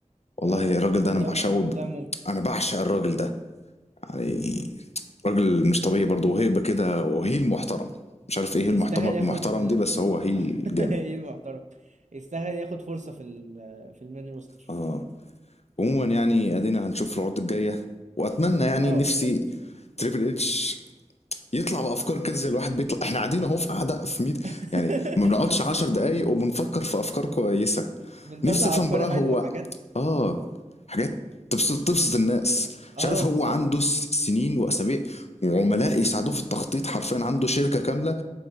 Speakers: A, on the left; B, on the right.
A: والله
B: اه
A: الراجل
B: والله
A: ده انا بعشقه
B: م... والله ممكن
A: انا بعشق الراجل ده يعني راجل مش طبيعي برضه وهيبه كده وهيل محترم مش عارف ايه هيل
B: يستاهل
A: محترم
B: ياخد
A: محترم
B: ال-
A: دي بس هو هيل
B: <laughs>
A: جامد
B: ايه المحترم يستاهل ياخد فرصة في ال... في المين روستر
A: اه عموما يعني ادينا هنشوف العروض الجايه واتمنى يعني
B: اه
A: نفسي
B: بالظبط
A: تريبل اتش يطلع بافكار كده زي الواحد بيطلع احنا قاعدين اهو في قاعده في ميت
B: <laughs>
A: يعني ما بنقعدش 10 دقايق وبنفكر في افكار كويسه
B: بنطلع
A: نفسي افهم
B: افكار
A: بقى
B: حلوة
A: هو
B: وحاجات
A: اه حاجات تبسط تبسط الناس مش
B: اه
A: عارف
B: بالظبط
A: هو عنده س- سنين واسابيع وعملاء يساعدوه في التخطيط حرفيا عنده شركه كامله